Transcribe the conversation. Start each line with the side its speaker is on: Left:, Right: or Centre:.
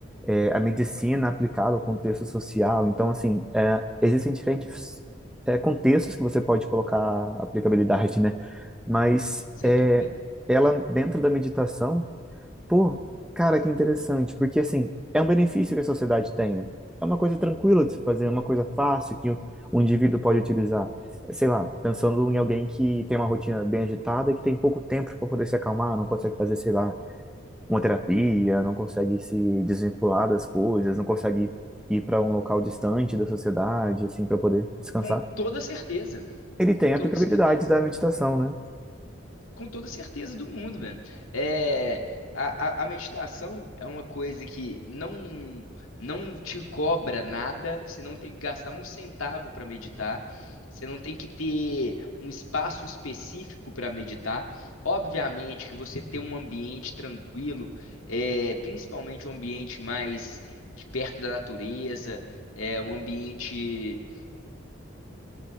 Centre: é, a medicina aplicada ao contexto social. Então, assim, é, existem diferentes, é, contextos que você pode colocar aplicabilidade, né? Mas
Left: Sem
Centre: é,
Left: dúvida.
Centre: ela, dentro da meditação, pô, cara, que interessante, porque assim, é um benefício que a sociedade tem. É uma coisa tranquila de se fazer, é uma coisa fácil que o, o indivíduo pode utilizar. Sei lá, pensando em alguém que tem uma rotina bem agitada e que tem pouco tempo para poder se acalmar, não consegue fazer, sei lá, uma terapia, não consegue se desvincular das coisas, não consegue ir para um local distante da sociedade, assim, para poder descansar.
Left: Com toda certeza.
Centre: Ele
Left: Com
Centre: tem
Left: toda
Centre: a aplicabilidade
Left: certeza.
Centre: da meditação, né?
Left: Com toda certeza do mundo, velho. É, a, a, a meditação é uma coisa que não não te cobra nada, você não tem que gastar um centavo para meditar, você não tem que ter um espaço específico para meditar. Obviamente que você ter um ambiente tranquilo, é, principalmente um ambiente mais perto da natureza, é, um ambiente